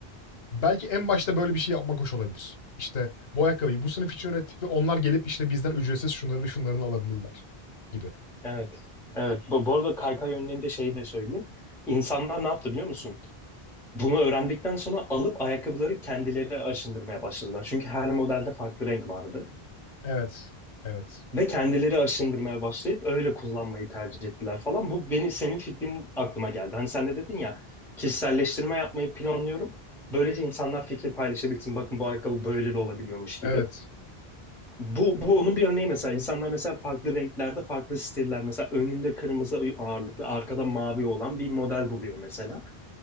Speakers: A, on the left; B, in the centre.
A: Belki en başta böyle bir şey yapmak hoş olabilir. İşte bu ayakkabıyı bu sınıf için ürettik ve onlar gelip işte bizden ücretsiz şunlarını şunlarını alabilirler gibi.
B: Evet. Evet. Bu, bu arada kaykay yönlerinde şeyi de söyleyeyim. İnsanlar ne yaptı biliyor musun? Bunu öğrendikten sonra alıp ayakkabıları kendileri aşındırmaya başladılar. Çünkü her modelde farklı renk vardı.
A: Evet. Evet.
B: Ve kendileri aşındırmaya başlayıp öyle kullanmayı tercih ettiler falan. Bu beni senin fikrin aklıma geldi. Hani sen de dedin ya kişiselleştirme yapmayı planlıyorum. Böylece insanlar fikir paylaşabilsin. Bakın bu ayakkabı böyle de olabiliyormuş gibi.
A: Evet.
B: Bu, bu onun bir örneği mesela. İnsanlar mesela farklı renklerde farklı stiller. Mesela önünde kırmızı ağırlıklı, arkada mavi olan bir model buluyor mesela.